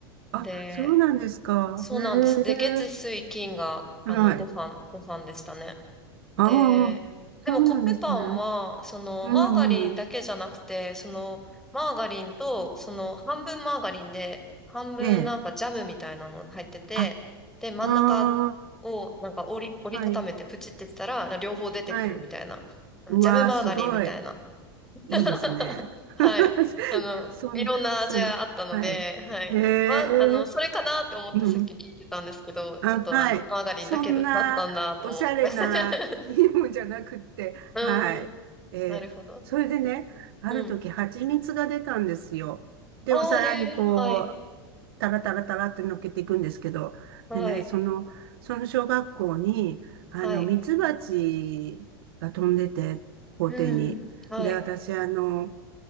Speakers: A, on the right; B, in the centre.
A: あ、
B: で、
A: そうなんですか。
B: そうなんです。
A: へえ。
B: で、月、水、金が、あの、
A: はい。
B: ご飯、ご飯でしたね。で、
A: ああ、そうなんですね。
B: でもコッペパンは、その、
A: うんうん。
B: マーガリンだけじゃなくて、その、マーガリンと、その、半分マーガリンで、半分なんかジャムみたいなの入ってて、
A: ええ。あ、
B: で、真ん中
A: ああ、
B: をなんか折り、折りたためてプチってしたら、
A: はい、
B: 両方出てくるみたいな。
A: はい。うわー、
B: ジャムマーガリンみたいな。
A: すごい。いいですね。
B: <laughs> はい。
A: <laughs>
B: あの、
A: そん、
B: いろんな味があったので、
A: そん、はい。
B: はい。
A: へえ。
B: まあ、あの、それかなと思ってさっき聞いてたんですけど、
A: うん。
B: ちょっとあの、
A: あ、はい。
B: マーガリンだけだ、
A: そんなおしゃれないいもんじゃなくって、
B: だったんだと思って。<laughs> うん。
A: はい。えーそれでね、
B: なるほど。
A: ある時蜂蜜が出たんですよ。
B: うん。
A: で、
B: ああ、
A: お皿にこう、
B: へえ、はい。
A: タラタラタラって乗っけていくんですけど、
B: はい。
A: でね、その、その小学校に、あの、
B: はい。
A: ミツバチが飛んでて、校庭に。
B: うん。はい。
A: で、私、あの、